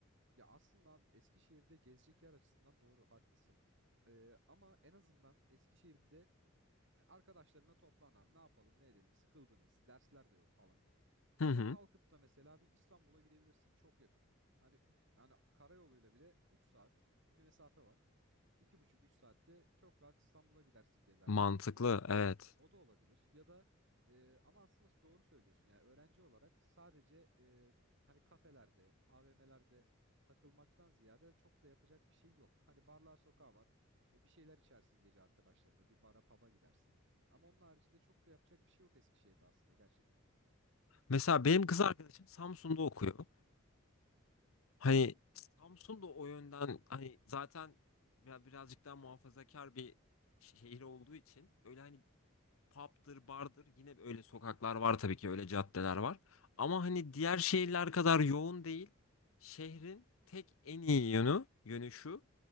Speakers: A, on the right; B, on the left.
A: Ya aslında abi Eskişehir'de gezecek yer açısından doğru haklısın. Ee, ama en azından Eskişehir bir de arkadaşlarına toplan abi ne yapalım ne edelim sıkıldınız dersler de yok falan.
B: Hı
A: Ama
B: hı.
A: kalkıp da mesela bir İstanbul'a gidebilirsin çok yakın. Hani, iki, hani karayoluyla bile 3 saat bir mesafe var. iki buçuk üç saatte çok rahat İstanbul'a gidersin gezersin
B: Mantıklı,
A: mesela.
B: evet.
A: O da olabilir. Ya da e, ama aslında doğru söylüyorsun. Yani öğrenci olarak sadece e, hani kafelerde, AVM'lerde takılmaktan ziyade çok da yapacak bir şey yok. Hani barlar sokağı var. E, bir şeyler içersin gece arkadaşlarına. Bir bara pub'a gidersin. Ama onun haricinde çok da yapacak bir şey yok Eskişehir'de aslında gerçekten.
B: Mesela benim kız arkadaşım Samsun'da okuyor. Hani Samsun'da o yönden hani zaten ya birazcık daha muhafazakar bir şehir olduğu için öyle hani pub'dır, bardır. Yine öyle sokaklar var tabii ki, öyle caddeler var. Ama hani diğer şehirler kadar yoğun değil. Şehrin tek en iyi yönü, yönü şu.